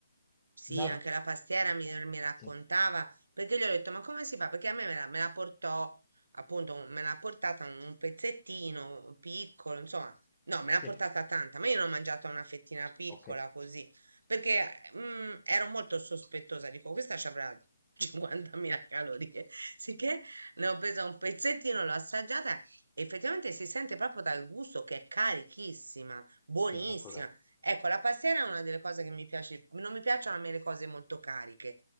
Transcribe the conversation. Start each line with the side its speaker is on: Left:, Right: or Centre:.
Right: Sì,
Left: Napoli...
Right: anche la pastiera mi, mi raccontava,
Left: Sì,
Right: perché gli ho detto, ma come si fa? Perché a me me la, me la portò, appunto, me l'ha portata un, un pezzettino piccolo, insomma, no, me l'ha
Left: sì.
Right: portata tanta, ma io ne ho mangiata una fettina piccola
Left: Ok,
Right: così, perché mm, ero molto sospettosa, dico, questa ci avrà 50.000 calorie, <laughs> sicché ne ho presa un pezzettino, l'ho assaggiata, e effettivamente si sente proprio dal gusto che è carichissima, buonissima.
Left: sì, è molto caro.
Right: Ecco, la pastiera è una delle cose che mi piace, non mi piacciono a me le cose molto cariche,